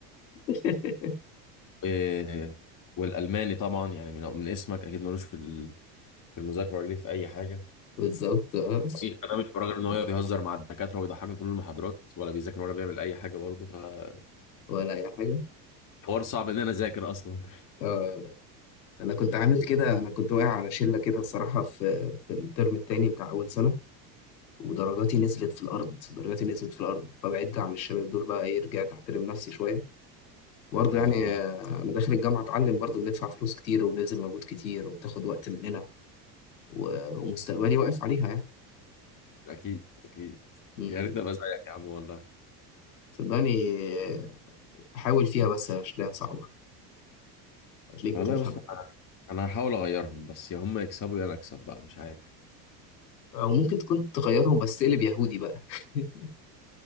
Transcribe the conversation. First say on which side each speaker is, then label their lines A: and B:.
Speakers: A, on the left; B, on the left.
A: <laughs>
B: و- والالماني طبعا يعني من من اسمك اكيد ملوش في ال- في المذاكره ولا ليه في اي حاجه
A: بالظبط اه
B: إيه، انا مش براجل ان هو يقعد يهزر مع الدكاتره ويضحكنا طول المحاضرات ولا بيذاكر ولا بيعمل اي حاجه برضه فحوار
A: ولا اي حاجه
B: صعب ان انا اذاكر اصلا
A: اه انا كنت عامل كده انا كنت واقع على شله كده الصراحه في في الترم التاني بتاع اول سنه ودرجاتي
B: <laughs>
A: نزلت في الارض درجاتي نزلت في الارض فبعدت عن الشباب دول بقى ايه رجعت احترم نفسي شويه برضه
B: اه
A: يعني آه، انا داخل الجامعه اتعلم برضه بندفع فلوس كتير وبنبذل مجهود كتير وبتاخد وقت مننا و- ومستقبلي واقف عليها يعني
B: اكيد اكيد
A: مم.
B: يا ريتني ابقى زيك يا عم والله
A: صدقني آه، حاول فيها بس هتلاقيها صعبه هتلاقيك بتفهم
B: والله بص انا هحاول اغيرهم بس يا هم يكسبوا يا انا اكسب بقى مش عارف
A: او ممكن تكون تغيرهم بس تقلب يهودي بقى <laughs>